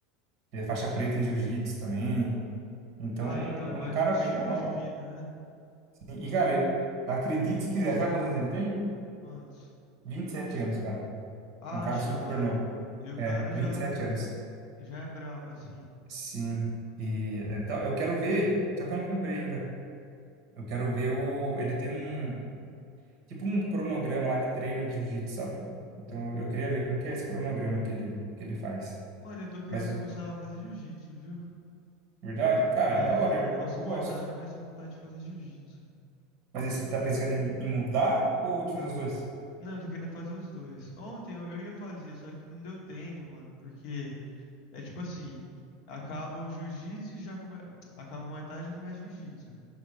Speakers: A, on the right (about 40°); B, on the left (about 45°).
A: ele é faixa preta em jiu-jitsu também. Então,
B: Ah,
A: é
B: então é mais
A: um cara
B: um estilo
A: bem da hora.
B: de vida, né?
A: E, cara, acredite se quiser, sabe quantos anos ele tem?
B: Quantos?
A: vinte e sete anos, cara.
B: Acha,
A: É um cara super
B: mano.
A: novo.
B: E o
A: É,
B: cara
A: 27
B: já
A: anos.
B: já é brabo, assim.
A: Sim. E é da- eu quero ver, só que eu não comprei ainda. Eu quero ver o. Ele tem um. Tipo um cronograma lá de treino de jiu-jitsu, sabe? Então eu queria ver como que é esse cronograma que ele, que ele faz.
B: Mano, eu tô querendo
A: Mas,
B: começar a fazer jiu-jitsu, viu?
A: verdade, cara,
B: É,
A: da hora, eu,
B: eu faço
A: eu
B: Muay
A: gosto.
B: Thai, mas tô com vontade de fazer jiu-jitsu.
A: Mas aí você tá pensando em, em mudar ou de fazer os dois?
B: Não, eu tô querendo fazer os dois. Ontem eu eu ia fazer, só que não deu tempo, mano, porque é tipo assim, acaba o jiu-jitsu e já começa, acaba o Muay Thai e já começa jiu-jitsu.